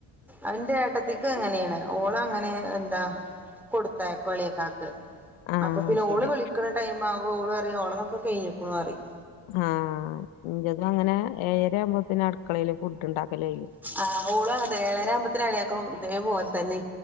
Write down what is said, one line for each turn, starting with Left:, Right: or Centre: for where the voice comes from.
Centre: അ ന്റേട്ടത്തിക്കും അങ്ങനെയാണ് ഓളങ്ങനെ എന്താ. കൊടുത്താ കൊളിയക്കാക്ക്.
Left: ആഹ്
Centre: അപ്പപിന്നെ
Left: ശരി
Centre: ഓള് വിളിക്കണ ടൈമാവുമ്പോ ഓളറിയും ഓളതൊക്കെ കയ്ഞ്ഞെക്കുണുറയും.
Left: ആഹ് ഇന്റതും അങ്ങനെ ഏയര ആവുമ്പോത്തിന് അടുക്കളേല് ഫുഡ്ണ്ടാക്കല് കയും.
Centre: ആഹ് ഓളും അങ്ങൻതനെ ഏഴര ആവുമ്പത്തിനെളേയാക്കും ഇതേ പോലെതന്നെ.